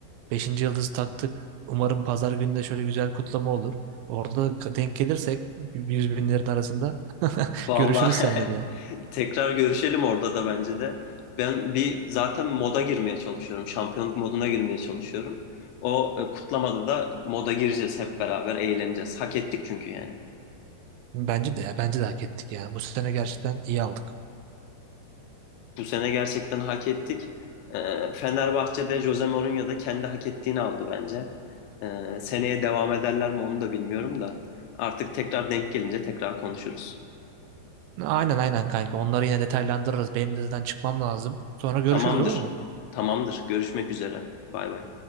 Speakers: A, on the right (about 85°); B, on the left (about 80°).
A: Beşinci yıldızı taktık. Umarım pazar günü de şöyle güzel kutlama olur. Orada da denk gelirsek yüz binlerin arasında
B: Vallahi
A: görüşürüz seninle de.
B: <laughs> tekrar görüşelim orada da bence de. Ben bir zaten moda girmeye çalışıyorum. Şampiyonluk moduna girmeye çalışıyorum. O e, kutlamada da moda gireceğiz hep beraber eğleneceğiz. Hak ettik çünkü yani.
A: Bence de ya bence de hak ettik ya. Bu sene gerçekten iyi aldık.
B: Bu sene gerçekten hak ettik. E, Fenerbahçe'de Jose Mourinho da kendi hak ettiğini aldı bence. E, seneye devam ederler mi onu da bilmiyorum da. Artık tekrar denk gelince tekrar konuşuruz.
A: Aynen aynen kanka. Onları yine detaylandırırız. Benim de zaten çıkmam lazım. Sonra görüşürüz
B: Tamamdır.
A: olur mu?
B: Tamamdır. Görüşmek üzere. Bay bay.